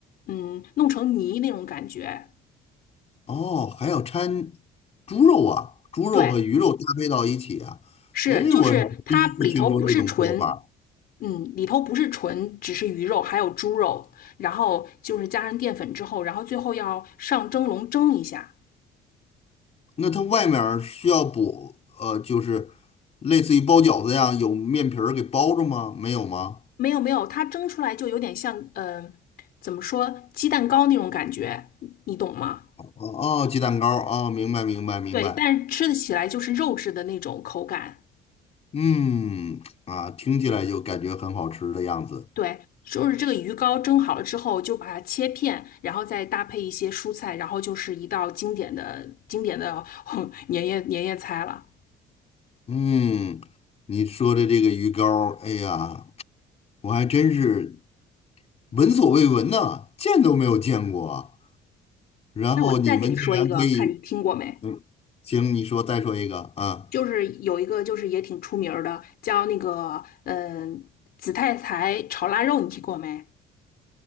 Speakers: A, on the left; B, on the left.
A: 嗯，弄成泥那种感觉。
B: 哦，还要掺猪肉啊，猪肉和鱼肉搭配到一起啊。
A: 对，是就是它里头不是纯，
B: 诶，我还第一次听说这种做法。
A: 嗯，里头不是纯，只是鱼肉，还有猪肉，然后就是加上淀粉之后，然后最后要上蒸笼蒸一下。
B: 那它外面儿需要补，呃，就是类似于包饺子一样，有面皮儿给包着吗？没有吗？
A: 没有没有，它蒸出来就有点像，呃，怎么说，鸡蛋糕那种感觉，你懂吗？
B: 哦哦，鸡蛋糕儿，哦，明白明白明白。
A: 对，但是吃的起来就是肉质的那种口感。
B: 嗯，啊，听起来就感觉很好吃的样子。
A: 对，就是这个鱼糕蒸好了之后，就把它切片，然后再搭配一些蔬菜，然后就是一道经典的经典的 <laughs> 年夜年夜菜了。
B: 嗯，你说的这个鱼糕儿，哎呀，我还真是闻所未闻呢，见都没有见过啊然后你们竟然可以，
A: 那我再给你说一个，看你听过没？
B: 嗯，行，你说再说一个，嗯，
A: 就是有一个就是也挺出名儿的，叫那个嗯、呃紫菜苔炒腊肉，你听过没？